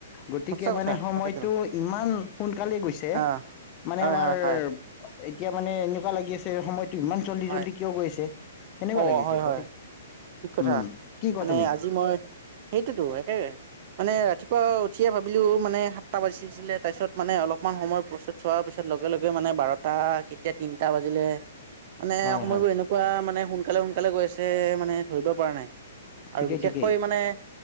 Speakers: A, on the left; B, on the right.
A: গতিকে
B: সঁচা কথা
A: মানে সময়টো
B: তাকেতো
A: ইমান সোনকালে গৈছে
B: অ
A: মানে
B: হয়
A: আমাৰ
B: হয়
A: এতিয়া
B: হয়
A: মানে এনেকুৱা লাগি আছে সময়টো ইমান জল্দি
B: হয়
A: জল্দি কিয় গৈ আছে সেনেকুৱা
B: অ
A: লাগিছে
B: হয় হয়
A: গতিকে
B: ঠিক কথা
A: উম, কি কোৱা
B: মানে
A: তুমি
B: আজি মই সেইটো একে মানে ৰাতিপুৱা উঠিয়ে ভাবিলোঁ মানে সাতটা বাজিছিলে তাৰপিছত মানে অলপমান সময়ত পি চোৱাৰ পিছত লগে লগে মানে বাৰটা কেতিয়া তিনিটা বাজিলে মানে
A: হয়
B: সময়বোৰ
A: হয়
B: এনেকুৱা মানে সোনকালে সোনকালে গৈ আছে মানে ধৰিব পৰা নাই।
A: ঠিকেই
B: আৰু বিশেষকৈ
A: ঠিকেই
B: মানে